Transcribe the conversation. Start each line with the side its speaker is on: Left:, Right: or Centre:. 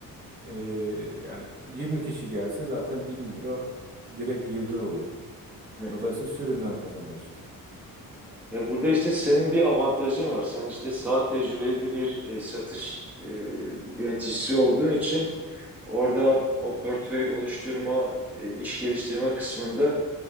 Right: e, yani 20 kişi gelse zaten 1000 euro direkt girdi oluyor.
Centre: Hı hı.
Right: Dolayısıyla sürümden kazanıyorsun.
Centre: Ya burada işte senin bir avantajın var. Sen işte saat tecrübeli bir e, satış e, yöneticisi olduğun için Orada o portföy oluşturma, e, iş geliştirme kısmında